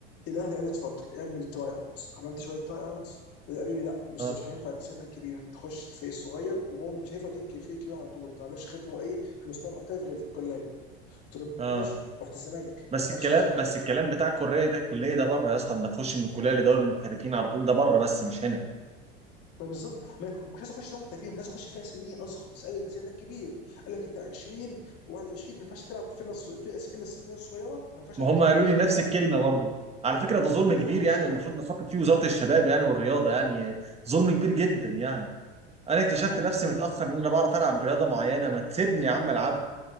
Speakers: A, on the left; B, on the right.
A: الاهلي قال لي اتفضل اعمل تراي اوتس عملت شويه تراي اوتس قالوا لي لا مش
B: اه
A: مش هينفع ده سنك كبير انك تخش الفريق الصغير وبرضه مش هينفع تديك الفريق الكبير على طول انت ما عندكش خبره ايه في مستوى محترف غير في الكليه قلت لهم
B: اه
A: ماشي رحت الزمالك
B: بس الكلام
A: نفس النظام
B: بس الكلام بتاع الكليه ده الكليه ده بره يا اسطى اما تخش من الكليه لدوري المحترفين على طول ده بره بس مش هنا
A: فبالظبط ما انا كنت ما كنتش عايز اخش سنه محترفين كنت عايز اخش فئه سنيه اصغر بس قال لي انت سنك كبير قال لك انت 20 و21 ما ينفعش تلعب في نص في في الناس السنيه الصغيره ما ينفعش
B: ما
A: اديك
B: هم قالوا
A: الفريق
B: لي
A: الكبير
B: نفس
A: على
B: الكلمه
A: طول
B: برضه على فكره ده ظلم
A: فدي
B: كبير
A: حاجه مشكله
B: يعني المفروض
A: بقى
B: نفكر فيه وزاره الشباب يعني والرياضه يعني ظلم كبير جدا يعني انا اكتشفت
A: ما
B: نفسي
A: الم-
B: متاخر ان انا بعرف العب رياضه معينه ما تسيبني يا عم العبها